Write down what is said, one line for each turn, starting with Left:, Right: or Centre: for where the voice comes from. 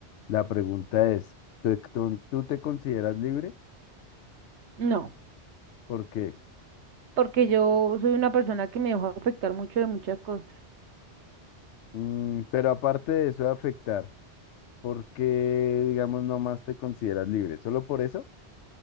Left: la pregunta es, ¿tú, tú- tú te consideras libre?
Right: No,
Left: ¿Por qué?
Right: porque yo soy una persona que me dejo afectar mucho de muchas cosas.
Left: Mm, pero aparte de eso de afectar, ¿por qué, digamos, no más te consideras libre? ¿Solo por eso?